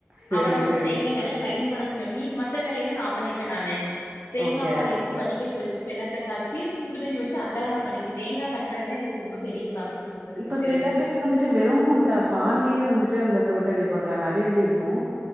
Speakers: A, on the right (about 35°); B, on the left (about 75°).
A: செரி
B: அவர வந்து
A: செரி
B: தேங்காய் நல்லா கிரைண்ட் பண்ண இந் மீன் மத்த வேலையல்லா நா பண்ணிப்பேன் நானு தேங்கா
A: ஓகே
B: பால் எடுத்து வடி கேட்டி வச் வெள்ளத்த காச்சி சுடுதண்ணி வச் அதந்தல்லாம் நா பண்ணிப்ப தேங்கா கட்பண்ணுறது எனக்கு ரொம்ப பெரிய ப்ராசஸ் சிஸ்டர் எனக்கு
A: இப்ப சில பேர் வந்துட்டு வெறும் தா பால்லேயே வந்துட்டு அந்த கொழுக்கட்டைய பண்றாங்க அது எப்படி இருக்கோ